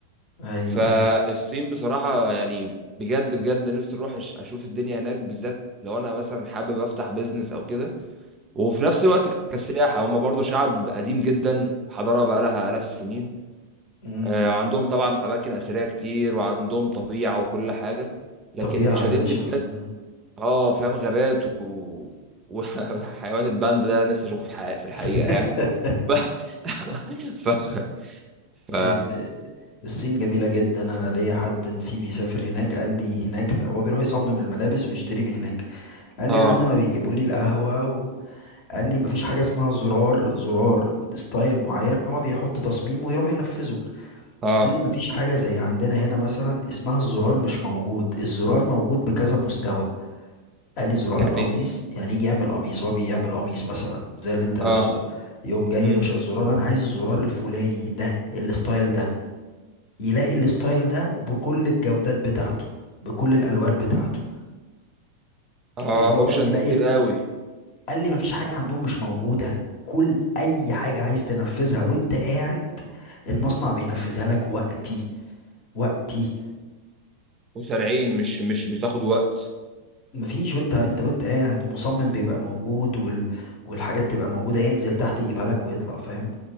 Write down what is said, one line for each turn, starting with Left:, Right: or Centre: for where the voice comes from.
Left: ايوه
Right: فالصين
Left: ايوه
Right: بصراحة يعني بجد بجد نفسي اروح أش- اشوف الدنيا هناك بالذات لو انا مثلا حابب افتح بيزنس او كده وفي نفس الوقت كسياحة هم برضو شعب قديم جدا حضارة بقى لها آلاف السنين
Left: امم
Right: آه، عندهم طبعا اماكن اثرية كتير وعندهم طبيعة وكل حاجة لكن
Left: طبيعة
Right: اللي شددني
Left: يا باشا
Right: بجد
Left: مم.
Right: اه فاهم غابات و... وحيوان <laughs> الباندا ده نفسي اشوفه في الحقيقة, في الحقيقة
Left: <laughs>
Right: يعني <laughs> ف... ف... ف...
Left: ال- الصين جميلة جدا انا ليا حد نسيبي سافر هناك قال لي هناك لا هو بيروح يصمم الملابس ويشتري من هناك قال
Right: اه
Left: لي لحد ما بيجيبوا لي القهوة وقال لي مفيش حاجة اسمها زرار زرار ستايل معين هو بيحط تصميم ويروح ينفذه
Right: اه
Left: قال لي مفيش حاجة زي عندنا هنا مثلا اسمها الزرار مش موجود الزرار موجود بكذا مستوى قال لي زرار
Right: يعني
Left: القميص يعني يجي يعمل قميص هو بيعمل قميص مثلا زي اللي انت لابسه
Right: اه
Left: ده يقوم جاي
Right: مم.
Left: يا باشا الزرار انا عايز الزرار الفلاني ده الستايل ده يلاقي الستايل ده بكل الجودات بتاعته بكل الالوان بتاعته
Right: اه
Left: يقعد
Right: اوبشنز
Left: يلاقي
Right: كتير قوي
Left: قال لي مفيش حاجه عندهم مش موجوده كل اي حاجه عايز تنفذها وانت قاعد المصنع بينفذها لك وقتي وقتي
Right: وسريعين مش مش بتاخد وقت
Left: فمفيش وانت انت وانت قاعد مصمم بيبقى موجود وال والحاجات تبقى موجودة ينزل تحت يجيبها لك ويطلع فاهم